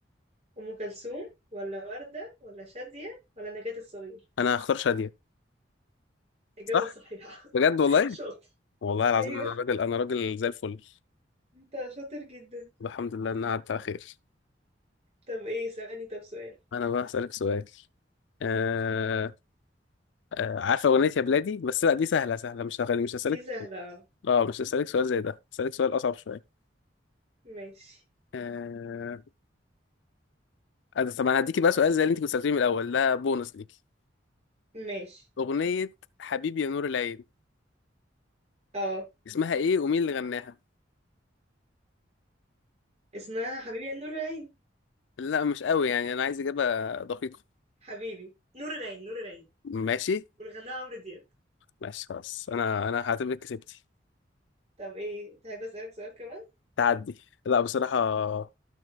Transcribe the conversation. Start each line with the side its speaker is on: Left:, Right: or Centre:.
Right: ام كلثوم ولا ورده ولا شاديه ولا نجاه الصغير
Left: انا هختار شاديه
Right: اجابه
Left: صح
Right: صحيحه <laughs>
Left: بجد والله
Right: شاطر
Left: والله العظيم
Right: ايوه
Left: انا راجل انا راجل زي الفل
Right: انت شاطر جدا
Left: الحمد لله انها عدت على خير
Right: طب ايه اسألني طب سؤال
Left: انا بقى هسألك سؤال آه آه عارفه اغنيه يا بلادي بس لا دي سهله سهله مش هغني مش هسألك
Right: دي سهلة اه
Left: اه مش هسألك سؤال زي ده هسألك سؤال أصعب شوية
Right: ماشي
Left: آه... أنا- طب أنا هديكي بقى سؤال زي اللي أنت كنت سألتيني من الأول ده بونص ليكي
Right: ماشي
Left: أغنية حبيبي يا نور العين
Right: اه
Left: اسمها إيه ومين اللي غناها؟
Right: اسمها حبيبي يا نور العين
Left: لا مش قوي يعني أنا عايز إجابة دقيقة
Right: حبيبي نور العين نور العين
Left: ماشي
Right: والغناها عمرو دياب
Left: ماشي خلاص أنا أنا هعتبرك كسبتي
Right: طب ايه تحب اسألك سؤال كمان
Left: تعدي لا بصراحة آه...